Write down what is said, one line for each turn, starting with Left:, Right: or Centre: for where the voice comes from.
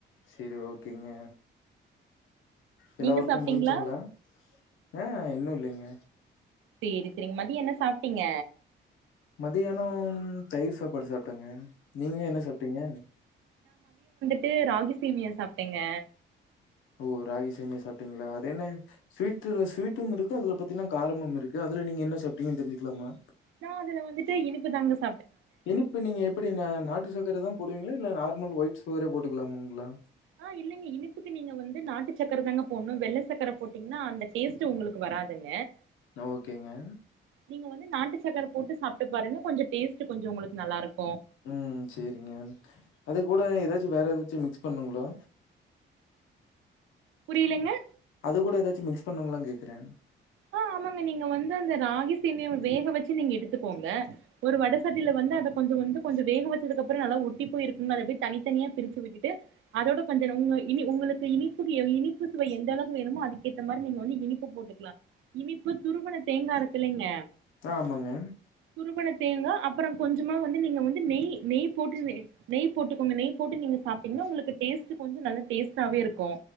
Left: செரி ஓகேங்க எல்லா
Right: நீங்க
Left: வொர்க்கும்
Right: சாப்ட்டீங்களா
Left: முடிஞ்ச்சுங்களா ஆஹ் இன்னும் இல்லங்க
Right: சரி சரிங் மதியம் என்ன சாப்ட்டீங்க
Left: மத்தியானம் தயிர் சாப்பாடு சாப்பிட்டேங்க நீங்க என்ன சாப்பிட்டீங்க
Right: ட்டு ராகி சேமியா சாப்பிட்டேங்க
Left: ஓ ராகி சேமியா சாப்பிட்டீங்களா அது என்ன ஸ்வீட்டுல ஸ்வீட்டும் இருக்கு அதுல பாத்தீங்கன்னா காரமும் இருக்கு அதுல நீங்க என்ன சாப்பிட்டீங்கன்னு தெரிஞ்சுக்கலாமா
Right: நான் அதுல வந்துட்டு இனிப்பு தாங்க சாப்
Left: இனிப்பு நீங்க எப்படி இந்த நாட்டு சக் ர தான் போடுவீங்களா இல்ல நார்மல் ஒயிட் சுகரே போட்டுக்கலாம்ங்களா
Right: ஆ இல்லைங்க இனிப்புக்கு நீங்க வந்து நாட்டு சக்கர தாங்க போடணும் வெள்ள சக்கர போட்டீங்கன்னா அந்த டேஸ்ட் உங்களுக்கு வராதுங்க
Left: ஓகேங்க
Right: நீங்க வந்து நாட்டு சக்கர போட்டு சாப்ட்டு பாருங்க கொஞ்ச டேஸ்டு கொஞ்ச உங்களுக்கு நல்லாயிருக்கு
Left: ம் சேரிங்க அது கூ ட ஏதாச்சு வேற ஏதாச்சு மிக்ஸ் பண்ணுங்ளா
Right: புரியலங்க
Left: அது கூட ஏதாச்சு மிக்ஸ் பண்ணுங்களா கேக்குறே
Right: ஆ ஆமாங்க நீங்க வந்து அந்த ராகி சேமியாவ வேக வச்சு நீங்க எடுத்துக்கோங்க ஒரு வட சட்டில வந்து அத கொஞ்சோ வந்து கொஞ்சோ வேக வச்சதுக்கப்பற நல்லா ஒட்டி போய் இருக்குங்க அத அப்டியே தனித்தனியா பிரிச்சு விட்டுட்டு அதோட கொஞ்ச உங்க இனி உங்களுக்கு இனிப்புக்கு இனிப்பு சுவை எந்த அளவு வேணுமோ அதுக்கேத்த மாரி நீங்க வந்து இனிப்பு போட்டுக்லா இனிப்பு துருவன தேங்கா இருக்குல்லைங்க
Left: ஆ ஆமாங்க.
Right: துருவன தேங்கா அப்ற கொஞ்சமா வந்து நீங்க வந்து நெய் நெய் போட்டு நெய் போட்டுக்கோங்க நெய் போட்டு நீங்க சாப்டிங்கனா உங்களுக்கு டேஸ்ட்டு கொஞ்சோ நல்ல டேஸ்டாவே இருக்கு